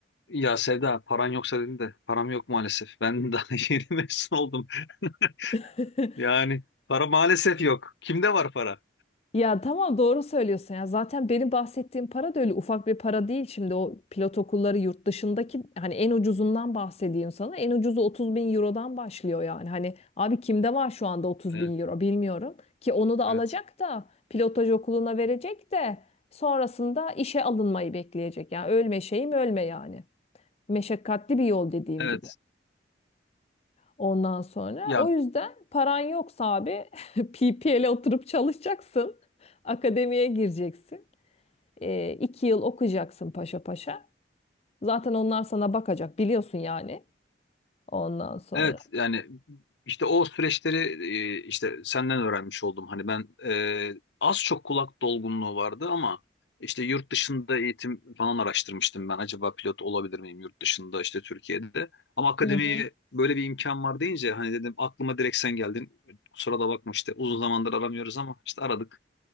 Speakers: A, on the left; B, on the left.
A: Ya Sevda paran yoksa dedin de param yok maalesef. Ben <laughs> daha yeni mezun oldum. <laughs>
B: <laughs>
A: Yani para maalesef yok. Kimde var para?
B: Ya tamam doğru söylüyorsun ya. Zaten benim bahsettiğim para da öyle ufak bir para değil. Şimdi o pilot okulları yurt dışındaki hani en ucuzundan bahsedeyim sana. En ucuzu 30 bin eurodan başlıyor yani. Hani abi kimde var şu anda 30
A: Evet,
B: bin euro bilmiyorum. Ki onu da alacak
A: evet.
B: da pilotaj okuluna verecek de sonrasında işe alınmayı bekleyecek. Yani ölme şeyim ölme yani. Meşakkatli bir yol dediğim
A: Evet.
B: gibi. Ondan sonra
A: Ya
B: o yüzden paran yoksa abi <laughs> PPL'e oturup çalışacaksın. Akademiye gireceksin. E, iki yıl okuyacaksın paşa paşa. Zaten onlar sana bakacak biliyorsun yani. Ondan sonra.
A: Evet yani işte o süreçleri e, işte senden öğrenmiş oldum. Hani ben e, az çok kulak dolgunluğu vardı ama işte yurt dışında eğitim falan araştırmıştım ben. Acaba pilot olabilir miyim yurt dışında işte Türkiye'de. Ama akademiye
B: Hı hı.
A: böyle bir imkan var deyince hani dedim aklıma direkt sen geldin. Kusura da bakma işte uzun zamandır aramıyoruz ama işte aradık.